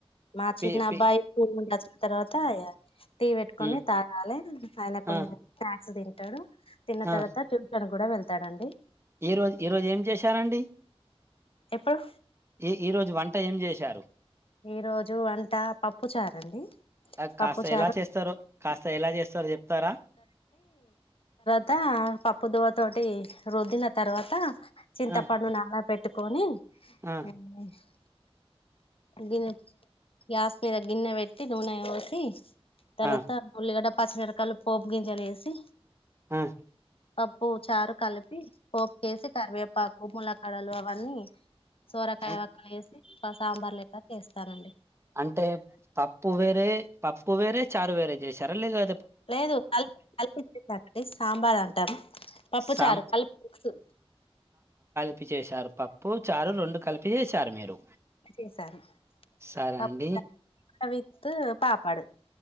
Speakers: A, on the left; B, on the right.
A: మా
B: పి
A: చిన్నా
B: పి
A: అబ్బాయి స్కూల్ డ్రస్ తర్వాత ఆయా టీ పెట్టుకొని
B: ఉమ్
A: తాగాలే ఆయన కొంచెం
B: ఆ
A: స్నాక్స్ తింటాడు తిన్న
B: ఆ
A: తర్వాత ట్యూషన్ కూడా వెళ్త వెళ్తడాండి
B: ఈ రోజు ఈరోజు ఏం చేశారండి
A: ఎప్పుడు
B: ఈ ఈ రోజు వంట ఏం చేశారు
A: ఈ రోజు వంట పప్పు చారండి
B: అద్ కాస్త
A: పప్పు చారు
B: ఎలా చేస్తారో, కాస్త ఎలా చేస్తారో చెప్తారా.
A: త పప్పు దువ తోటి రుద్దిన తర్వాత చింతపండు
B: ఆ
A: నానపెట్ ట్టుకొని
B: ఆ
A: <unintelligible> గిన్నె గ్యాస్ పైన్ గిన్నె పెట్టి నూనె పోసి తర్వాత
B: ఆ
A: ఉల్లిగడ్డ, ప పచ్చిమిరకాలు, పోపు గింజాలు ఏసి
B: ఆహ్
A: అప్ ప్పు చారు కలిపి. పోపుకేసి కరివేపాకు, ములకడలు అవన్నీ సోరకాయ
B: అన్
A: వక్కల్లేసి సాంబార్ లేక్ స్తానండి
B: అంటే పప్పు వేరే, పప్పు వేరే, చారు వేరే చేసారా. లేద
A: లేదు కలిపు కలిపిడి <inaudible> సాంబార్ అంటాం. పప్పు
B: సాం
A: చారు కలిపు మిక్సు
B: ప్పి చేశారు పప్పు, చారు రెండు కలిపి చేశారు మీరు.
A: చేశాను
B: సరే
A: పప్పు
B: అండి
A: చారు విత్తు పాపాడు